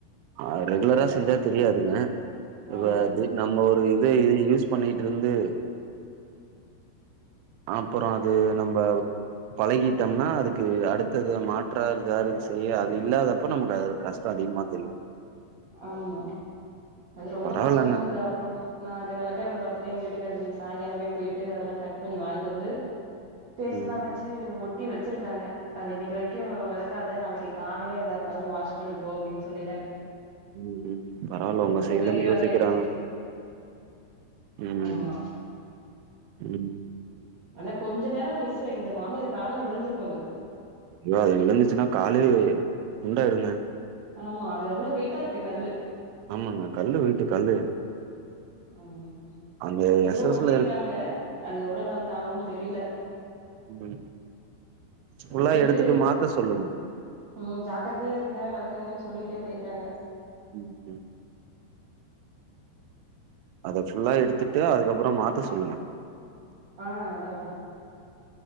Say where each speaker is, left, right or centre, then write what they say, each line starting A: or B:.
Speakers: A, on the right; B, on the right.
A: அ ரெகுலரா செஞ்சா தெரியாதுங்க
B: ஆமா
A: வ இது நம்ம ஒரு இத இது யூஸ் பண்ணிட்ருந்து அப்புறோ அது நம்ப பழகிட்டோம்னா அதுக்கு அடுத்தது மாற்றா எதாது செய்ய அது இல்லாதப்ப நமக்கு அ கஸ்டோ அதிகமா தெரியு
B: ஆமா அது ரொம்ப
A: பரவால்லங்க
B: கஷ்டமாந்து அப்பறோ நா அத வெளக்குறத பாத்துட்டு எங்க வீட்டுக்கார் இன்னிக்கு சாய்ங்காலமே போய்ட்டு அதெல்லா கட் பண்ணி வாய்ன்டு வந்து பேஸ்ட்லா
A: ம்
B: வெச்சு ஒட்டி வெச்சிருக்காங்க அது இன்னிக் வரிக்கு வெளக்காத நாளைக்கி காலையில எதா இருந்தாலு வாஷ் பண்ணிக்கோ அப்டீன் சொல்லிட்டாங்க
A: ம் ம் பரவால உங்க
B: ரொம்ப
A: சைட்லந்த்
B: பெரிய
A: யோசிக்கிறாங்க
B: வேலையாயிடுச்சு
A: ம்
B: ஆமா
A: ம்
B: அதா கொஞ்ச நேர மிஸு எங்க மாமியாரு கால்ல விழுந்திருக்கு அது
A: ஐயோ அது விழுந்துச்சுன்னா காலே துண்டாயிடுங்க
B: ஆமா அது அவ்ளோ வெயிட்டாருக்கு கல்லு
A: ஆமாங்க கல்ல வெயிட்டு கல்லு
B: ம்
A: அந்த
B: அது திரும்ப
A: எஸ் எஸ்ல
B: ஒட்டிருக்காங்க
A: இருக்
B: அது எவ்ளோ நாள் தாங்குன் தெரில
A: ம் ஃபுல்லா
B: ஒட்டிட்டு
A: எடுத்துட்டு மாத்த சொல்லுங்க
B: ம் ஜாக்கரதையே இருங்க வெளக்குங்கன் சொல்லிட்டே போயிருக்காங்க
A: ம் ம் அத ஃபுல்லா எடுத்துட்டு அதுக்கப்புறம் மாத்த சொல்லுங்க
B: ஆ அதா அதா